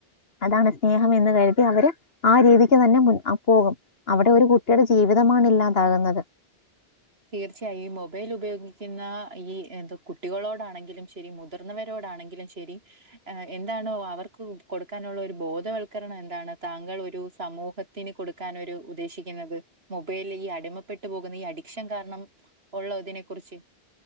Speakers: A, on the left; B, on the right.
A: അതാണ് സ്നേഹമെന്ന് കരുതി അവര് ആ രീതിക്ക്തന്നെ മുൻഅ പോകും അവിടെ ഒരു കുട്ടിയുടെ ജീവിതമാണിഇല്ലാതാകുന്നത്.
B: തീർച്ചയായും ഈ മൊബൈൽ ഉപയോഗിക്കുന്ന ഈ എന്ത കുട്ടികളോടാണെങ്കിലും ശരി മുതിർന്നവരോട് എന്താണെങ്കിലും ശരി എ എന്താണോ അവർക്ക് കൊടുക്കാനുള്ള ഒരു ബോധവൽക്കരണം എന്താണ് താങ്കൾ ഒരു സമൂഹത്തിന് കൊടുക്കനൊരു ഉദ്ദേശിക്കുന്നത് മൊബൈല് ഈ അടിമപ്പെട്ട് പോകുന്ന ഈ <unintelligible> ലക്ഷ്യംകാരണം ഉള്ളോ ഇതിനെ കുറിച്ച്